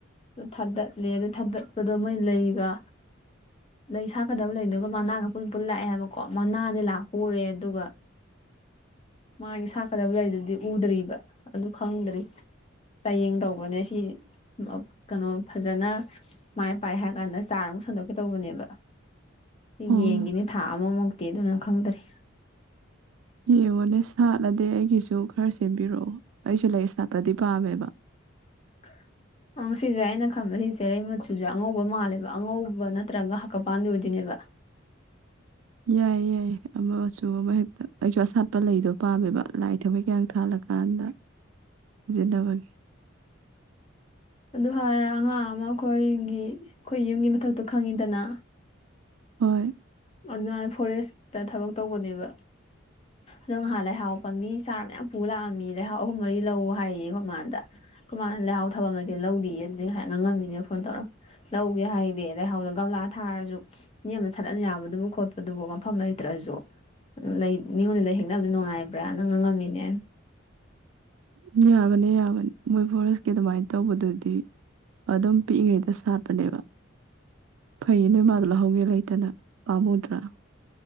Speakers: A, on the left (about 30°); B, on the right (about 80°).
A: ꯑꯗꯨ ꯊꯥꯗꯠꯂꯦ ꯑꯗꯨ ꯊꯥꯗꯠꯄꯗꯣ ꯃꯣꯏ ꯂꯩꯒ꯫ ꯂꯩ ꯁꯥꯠꯀꯗꯕ ꯂꯩꯗꯨꯒ ꯃꯅꯥꯒ ꯄꯨꯟ ꯄꯨꯟꯅꯥ ꯂꯥꯛꯑꯦ ꯍꯥꯏꯕꯀꯣ ꯃꯅꯥꯗꯤ ꯂꯥꯛꯄꯥ ꯎꯔꯦ ꯑꯗꯨꯒ ꯃꯥꯒꯤ ꯁꯥꯠꯀꯗꯕ ꯂꯩ ꯗꯨꯗꯤ ꯎꯗ꯭ꯔꯤꯕ ꯑꯗꯨ ꯈꯪꯗ꯭ꯔꯤ ꯆꯥꯡꯌꯦꯡ ꯇꯧꯕꯅꯦ ꯁꯤꯖ ꯀꯩꯅꯣ ꯐꯖꯅ ꯃꯥꯏ ꯄꯥꯛ ꯑ ꯍꯥꯏꯔ ꯀꯥꯟꯗ ꯆꯥꯔ ꯑꯃꯨꯛ ꯁꯟꯗꯣꯛꯀꯦ ꯇꯧꯕꯅꯦꯕ꯫
B: ꯑꯣ
A: ꯌꯦꯡꯒꯤꯅꯤ ꯊꯥ ꯑꯃꯃꯨꯛꯇꯤ ꯑꯗꯨꯅ ꯈꯪꯗꯔꯤ
B: ꯌꯦꯡꯉꯣꯅꯦ ꯁꯥꯠꯂꯗꯤ ꯑꯩꯒꯤꯁꯨ ꯈꯔ ꯁꯦꯝꯕꯤꯔꯛꯑꯣ ꯑꯩꯁꯨ ꯂꯩ ꯁꯥꯠꯄꯗꯤ ꯄꯥꯝꯃꯦꯕ꯫
A: <unintelligible> ꯑꯪ ꯁꯤꯁꯦ ꯑꯩꯅ ꯈꯟꯕ ꯁꯤ ꯆꯦꯔꯩ ꯃꯆꯨꯁꯦ ꯑꯉꯧꯕ ꯃꯥꯜꯂꯦꯕ ꯑꯉꯧꯕ ꯅꯠꯇ꯭ꯔꯒ ꯍꯥꯛꯀꯄꯥꯟꯗꯤ ꯑꯣꯏꯗꯣꯏꯅꯦꯕ꯫
B: ꯌꯥꯏꯌꯦ ꯌꯥꯏ ꯑꯃ ꯃꯆꯨ ꯑꯃ ꯍꯦꯛꯇ ꯑꯩꯁꯨ ꯑꯁꯥꯠꯄ ꯂꯩꯗꯣ ꯄꯥꯝꯃꯦꯕ ꯂꯥꯏ ꯊꯥꯃꯩ ꯀꯌꯥ ꯊꯥꯜꯂꯛꯒ꯫ ꯍꯥꯟꯗ ꯁꯤꯖꯤꯟꯅꯕꯒꯤ꯫
A: ꯑꯗꯨ ꯍꯥꯏꯔ ꯑꯉꯥꯡ ꯑꯃ ꯑꯩꯈꯣꯏꯒꯤ ꯑꯩꯈꯣꯏ ꯌꯨꯝꯒꯤ ꯃꯊꯛꯇꯣ ꯈꯪꯉꯤꯗꯅ
B: ꯍꯣꯏ
A: ꯑꯗꯨꯃꯥꯏꯅ ꯐꯣꯔꯦꯁꯇ ꯊꯕꯛ ꯇꯧꯕꯅꯦꯕ ꯑꯗꯣ ꯉꯥꯍꯥꯟ ꯂꯩꯍꯥꯎ ꯄꯥꯕꯤ ꯆꯥꯔ ꯃꯌꯥꯝ ꯄꯨ ꯂꯥꯛꯑꯝꯃꯤ ꯂꯩꯍꯥꯎ ꯑꯍꯨꯝ ꯃꯔꯤ ꯂꯧ ꯍꯥꯏꯌꯦꯌꯦ ꯑꯩꯈꯣꯏ ꯃꯥ ꯗ ꯑꯩꯈꯣꯏ ꯃꯥ ꯅ ꯂꯩꯍꯥꯎ ꯊꯕꯛ ꯂꯩꯇꯦꯅ ꯂꯧꯗꯦꯌꯦ ꯑꯗꯨꯅ ꯍꯥꯏꯅ ꯉꯝꯃꯤꯅꯦ ꯐꯣꯟ ꯇꯧꯔꯒ ꯂꯧꯒꯦ ꯍꯥꯏꯗꯦ ꯂꯩꯍꯥꯎ ꯒꯝꯂꯥ ꯊꯥꯔꯁꯨ ꯅꯦꯝꯅ ꯁꯠꯍꯟ ꯌꯥꯕꯗꯨ ꯑꯗꯨꯕꯨ ꯈꯣꯠꯄꯗꯨꯕꯨ ꯃꯐꯝ ꯂꯩꯇ꯭ꯔꯁꯨ꯫ ꯂꯩ ꯃꯤꯉꯣꯟꯗꯩ ꯂꯩ ꯍꯦꯛꯅꯕꯗꯣ ꯅꯨꯡꯉꯥꯏꯕ꯭ꯔꯥ ꯅꯪ ꯉꯥꯡꯉꯝꯃꯤꯅꯦ
B: ꯎ ꯌꯥꯝꯕꯅꯤ ꯌꯥꯕꯅꯤ ꯃꯣꯏ ꯐꯣꯔꯦꯁꯀꯤ ꯑꯗꯨꯃꯥꯏꯅ ꯇꯧꯕꯗꯨꯗꯤ ꯑꯗꯨꯝ ꯄꯤꯛꯏꯉꯩꯗ ꯁꯥꯠꯄꯅꯦꯕ꯫ ꯐꯩꯌꯦ ꯅꯣꯏ ꯃꯥ ꯗꯣ ꯂꯧꯍꯧꯒꯦ ꯂꯩꯇꯅ ꯄꯥꯝꯃꯨꯗ꯭ꯔꯥ